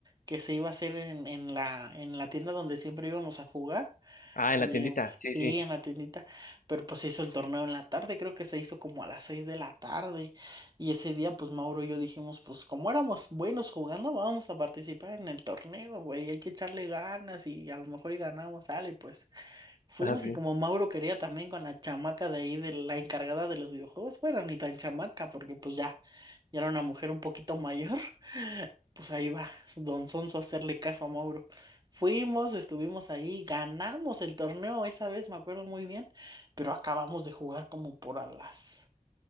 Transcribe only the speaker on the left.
Ah,
en la tiendita.
Sí,
sí.
Ajá, sí.